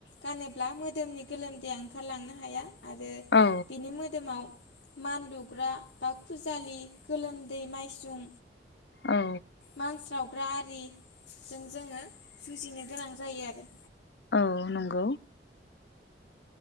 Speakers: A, on the left; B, on the left.
A: गानोब्ला मोदोमनि गोलोमदैया ओंखारलांनो हाया आरो
B: औ
A: बिनि मोदोमाव मानलुग्रा बा खुजालि गोलोम दै माइसुं
B: औ
A: मानस्रावग्रा आरि जों जोङो जुजिनो गोनां जायो आरो।
B: औ नंगौ।